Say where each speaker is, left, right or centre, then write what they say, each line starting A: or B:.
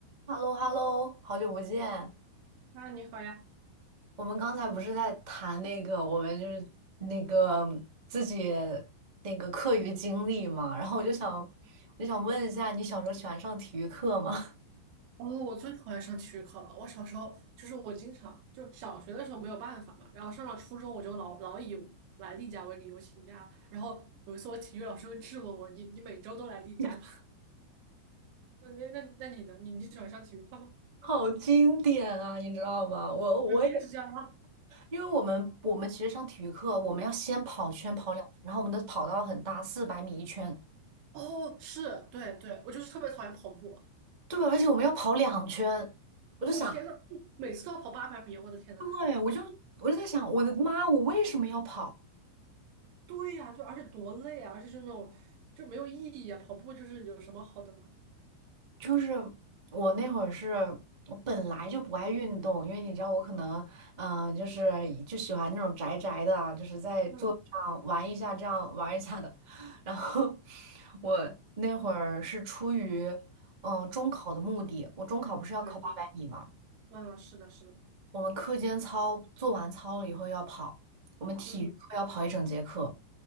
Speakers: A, on the right (about 35°); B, on the right (about 75°).
A: h e l l o h e l l o 好久不见。
B: 啊，你好呀！
A: 我们刚才不是在谈那个，我们就是那个自己那个课余经历嘛，然后我就想，我就想问一下，你小时候喜欢上体育课吗？
B: 哦，我最讨厌上体育课了。我小时候就是我经常就小学的时候没有办法嘛，然后上了初中我就老老以来例假为理由请假。然后有一次我体育老师会质问我：“你你每周都来例假吗？”
A: <laughs>
B: <laughs> 那那那那你呢？你你喜欢上体育课吗？
A: 好经典啊，你知道吗？我我也，
B: 啊，你也是这样吗？
A: 因为我们我们其实上体育课，我们要先跑圈跑两圈，然后我们的跑道很大，四百米一圈，
B: 哦，是，对对，我就是特别讨厌跑步。
A: 对，而且我们要跑两圈，我就想，
B: 哦天呐，每次都要跑八百米，我的天呐！
A: 对，我就我就在想，我的妈，我为什么要跑？
B: 对呀，对，而且多累啊，而且是那种就没有意义啊。跑步就是有什么好的吗？
A: 就是我那会儿是我本来就不爱运动，因为你知道我可能，嗯、就是就喜欢那种宅宅的啊就是在桌子上玩一下，
B: 嗯，
A: 这样玩一下的。然后我那会儿是出于嗯、呃中考的目的，我中考不是要考八百米嘛，
B: 对对，嗯，是的，是的。
A: 我们课间操做完操了以后要跑，我们体育课要跑一整节课。
B: 嗯